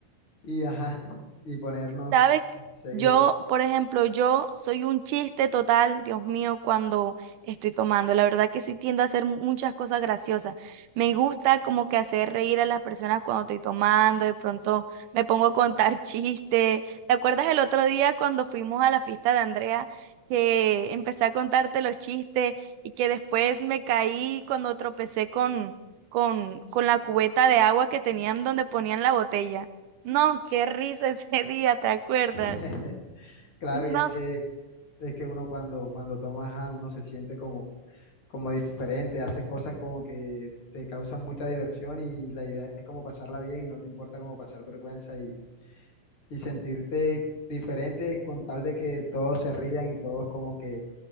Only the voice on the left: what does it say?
y ajá, y ponernos,
seguir.
<laughs> Claro,
y es que, es que uno cuando, cuando toma, ajá, uno se siente como como diferente, haces cosas como que te causan mucha diversión y la idea es como pasarla bien y no te importa como pasar vergüenza y, y sentirte diferente con tal de que todos se rían y todos como que